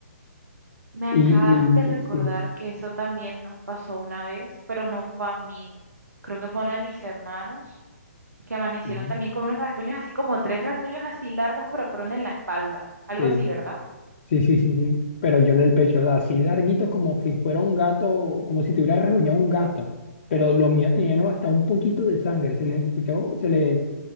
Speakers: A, on the right; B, on the left.
A: Me
B: Y,
A: acabas
B: y
A: de recordar
B: sí,
A: que eso también nos pasó una vez, pero no fue a mí. Creo que fue a uno de mis hermanos que amanecieron
B: sí,
A: también con unos rasguños así como tres rasguños así largos, pero fueron en la espalda. Algo
B: sí.
A: así, ¿verdad?
B: Sí, sí, sí, sí. Pero yo en el pecho, o sea, así larguitos como si fuera un gato, como si tuviera rasguñado un gato. Pero los míos tenían hasta un poquito de sangre, se les escuchaba, se les,